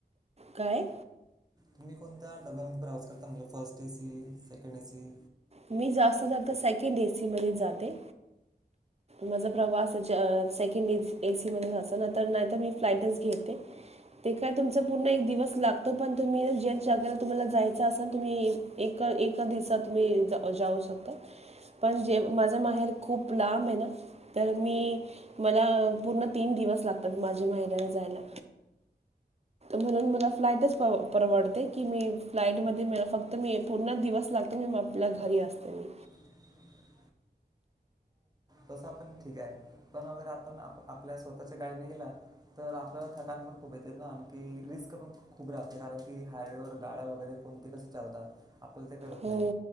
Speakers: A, on the right; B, on the right.
A: काय
B: तुम्ही कोणत्या डब्यामध्ये प्रवास करता म्ह first A C second AC
A: मी जास्त सेकेंड एसी मध्ये जाते माझा प्रवास सेकंड एसी मध्ये ना तर नाहीतर मी फ्लाइटच घेते ते काय तुमचा पूर्ण एक दिवस लागतो पण तुम्ही जगेला तुम्हाला जायच असाल तुम्ही एका दिवसात मही जाऊ शकता पण जे माझा माहेर खूप लांब आहे ना तर मी मला पूर्ण तीन दिवस लागतात माझ्या माहिलाला जायला. म्हणून मला फ्लाइटच परवडते की मी फ्लाईट मध्ये फक्त मी पूर्ण दिवस लाग म आपल्या घरी असते म
B: <unintelligible> तस पण ठीक आहे पण अगर आपण आपल्या स्वतःच्या गाडीने गेला तर आपल्याला थटण पण खूप येते ना आणखी रिस्क पण खूप राहते कारण की हायवेवर गाड्या वगैरे कोण ते कसे चालतात. आपला ते कळत
A: हो
B: नाही